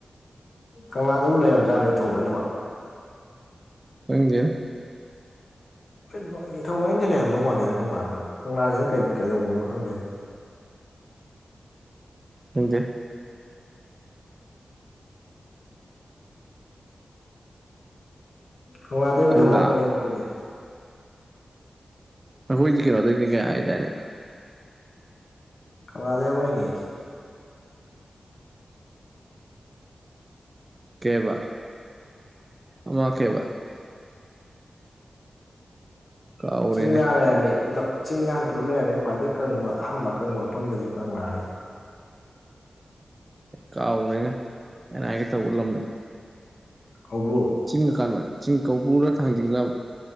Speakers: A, on the left; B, on the right.
A: ꯀꯪꯂꯥꯗꯕꯨ ꯂꯩꯔꯝꯖꯥꯠꯔ ꯅꯤꯡꯊꯧ ꯂꯣꯏꯅꯃꯛ
B: ꯈꯪꯗꯦꯗꯥ
A: ꯍꯣꯏ ꯂꯣꯏ ꯅꯤꯡꯊꯧ ꯂꯣꯏꯅꯗꯤ ꯂꯩꯔꯝꯗꯧ ꯃꯥꯟꯗꯦꯗ ꯀꯪꯂꯥꯗ ꯀꯪꯂꯥꯗꯅ ꯀꯩ ꯀꯩꯗꯧꯕꯝꯅꯣ ꯈꯪꯗꯦꯅꯦ
B: ꯀꯪꯗꯦ
A: ꯀꯪꯂꯥꯗꯩꯕꯨꯗꯤ
B: ꯀꯪꯂꯥ
A: ꯍꯧꯔꯛꯄꯅꯦꯕ ꯈꯣꯏꯖꯦ
B: ꯑꯩꯈꯣꯏꯖꯤ ꯀꯩꯅꯣꯗꯩꯩꯅꯤ ꯀꯥꯏ ꯍꯥꯏꯗꯥꯏꯅꯦ
A: ꯀꯪꯂꯥꯗꯩꯩ ꯍꯧꯔꯛꯏꯅꯦ
B: ꯀꯩꯌꯦꯕꯥ ꯑꯃ ꯀꯩꯌꯦꯕꯥ ꯀꯥꯎꯔꯦꯅꯦ
A: ꯆꯤꯡꯗ ꯍꯥꯟꯅ ꯂꯩꯔꯝꯃꯦ ꯄꯨꯂꯞ ꯆꯤꯡꯗꯥ ꯍꯥꯟꯅ ꯄꯨꯂꯞ ꯂꯩꯔꯝꯃꯦ ꯈ꯭ꯋꯥꯏꯗꯒꯤ ꯀꯪꯕ ꯑꯍꯥꯟꯕ ꯀꯪꯕ ꯃꯐꯝꯗꯅꯦ ꯀꯪꯂꯥ ꯍꯥꯏꯖꯦ
B: ꯀꯥꯎꯒ꯭ꯔꯦꯅꯦ ꯑꯩꯅ ꯍꯥꯏꯒꯦ ꯇꯧꯕ ꯂꯝꯗꯣ
A: ꯀꯧꯕ꯭ꯔꯨ
B: ꯆꯤꯡꯗ ꯀꯥꯅꯣꯏ ꯆꯤꯡ ꯀꯧꯕ꯭ꯔꯨ ꯔ ꯊꯥꯡꯖꯤꯡꯔ ꯑꯝ